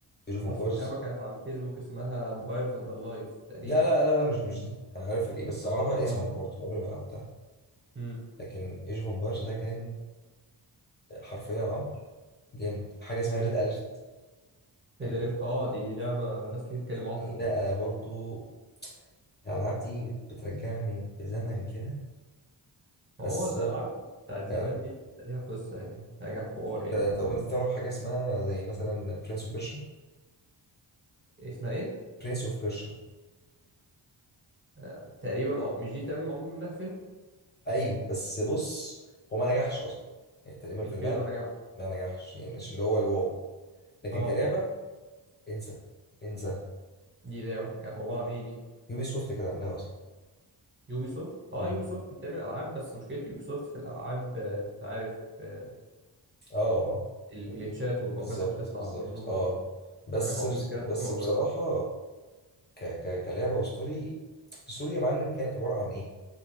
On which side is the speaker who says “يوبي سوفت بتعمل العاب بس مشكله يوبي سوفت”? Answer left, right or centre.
Right